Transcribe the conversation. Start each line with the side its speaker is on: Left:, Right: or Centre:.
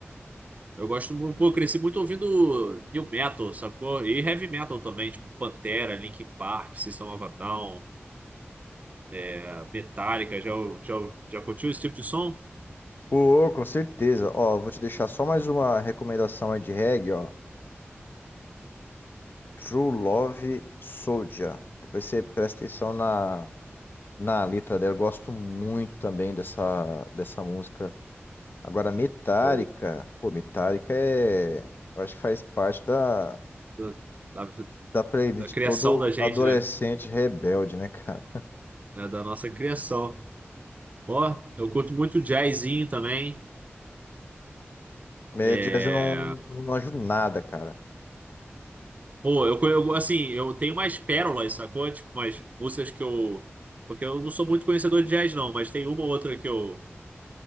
Right: Eu gosto, mu- pô, eu cresci muito ouvindo new metal, sacou? E heavy metal também, tipo Pantera, Linkin Park, System of a Down, eh, Metallica. Já, já, já curtiu esse tipo de som?
Left: Ô, com certeza. Ó, vou te deixar só mais uma recomendação aí de reggae, ó. True Love Soldier. Depois você presta atenção na, na letra dela. Eu gosto muito também dessa, dessa música. Agora, Metallica.
Right: Ou
Left: Pô, Metallica é. Eu acho que faz parte da,
Right: Da, da,
Left: da playlist
Right: da criação
Left: todo
Right: da gente,
Left: adolescente
Right: né?
Left: rebelde, né, cara?
Right: É, da nossa criação. Ó, eu curto muito jazzinho também.
Left: É,
Right: É...
Left: jazz eu não, eu não manjo nada, cara.
Right: Pô, eu, co- eu, assim, eu tenho mais pérolas, sacou? Tipo, umas músicas que eu... Porque eu não sou muito conhecedor de jazz, não, mas tem uma ou outra que eu